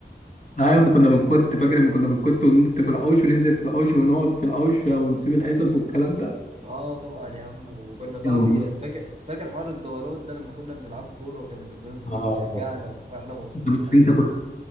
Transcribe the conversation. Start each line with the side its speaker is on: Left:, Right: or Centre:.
Left: ايوه ما كنا بنكت فاكر لما كنا بنكت وننط في الحوش وننزل في الحوش ونقعد في الحوش ونسيب الحصص والكلام ده
Right: اه طبعا يا عم وكنا صاحبي
Left: أيوة.
Right: فاكر فاكر حوار الدورات ده لما كنا بنلعبه كوره وكانت البنات بتيجي
Left: آه.
Right: تشجعنا واحنا مبسوطين
Left: انت بس
Right: عليه
Left: انت كنت